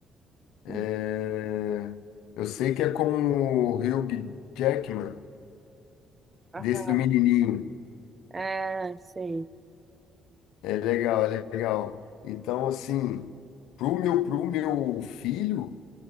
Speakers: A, on the left (about 75°); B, on the right (about 25°).
A: É,
B: Hum,
A: Eu sei que é com o Hugh Jackman,
B: Aham.
A: desse do menininho.
B: É, sei.
A: É legal, é legal. Então, assim, pro meu, pro meu filho,